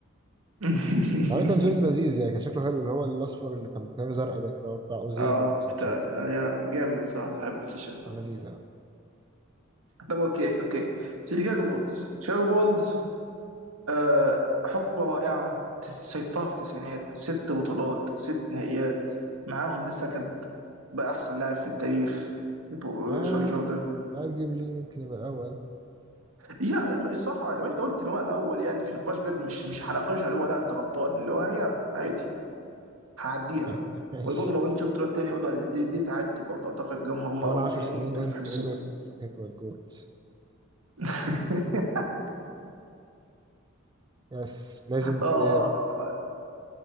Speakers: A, on the right (about 80°); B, on the right (about 20°).
A: <laughs>
B: عليه كان جيرد لذيذ يعني كان شكله حلو اللي هو الاصفر اللي كان بتنام زرقاء ده اللي هو بتاع اوزيل
A: اه
B: وسانشيز
A: بتاع
B: هو
A: آه،
B: ده
A: يا جامد صح انا بحب التيشيرت ده
B: كان لذيذ يعني.
A: طب اوكي اوكي شيكاغو بولز شيكاغو بولز آه حقبة رائعة تس- سيطرة في التسعينات ست بطولات ست نهائيات معاهم ذا سكند بقى أحسن لاعب في التاريخ يبو-
B: آه
A: سوري جوردن
B: أرجبلي ممكن يبقى الأول
A: يا الصراحة لو أنت قلت إن هو الأول يعني في نقاش بجد مش مش هناقشها اللي هو لا أنت غلطان اللي هو هي عادي هعديها
B: <laughs> ماشي
A: وبرضه لو أنت شفت الواد التاني برضه دي, دي تعدي برضه أعتقد إن هم هم
B: كمان
A: أول
B: عشر
A: وتاني
B: سنين
A: دول
B: أنتوني
A: في حسابهم
B: إدواردز هيبقى الجوت
A: <laughs>
B: يس ليجند سلاير
A: آه